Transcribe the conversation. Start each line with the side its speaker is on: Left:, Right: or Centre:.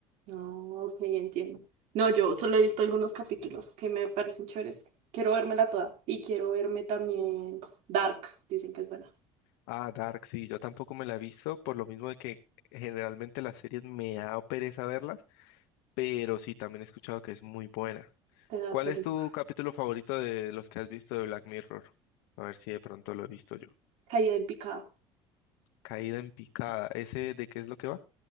Right: No, ok, entiendo. No, yo solo he visto algunos capítulos que me parecen chéveres. Quiero vérmela toda. Y quiero verme también Dark. Dicen que es buena.
Left: Ah, Dark, sí, yo tampoco me la he visto, por lo mismo de que generalmente las series me da pereza verlas, pero sí, también he escuchado que es muy buena.
Right: Te da
Left: ¿Cuál
Right: pereza.
Left: es tu capítulo favorito de los que has visto de Black Mirror? A ver si de pronto lo he visto yo.
Right: Caída en picada.
Left: Caída en picada, ¿ese de qué es lo que va?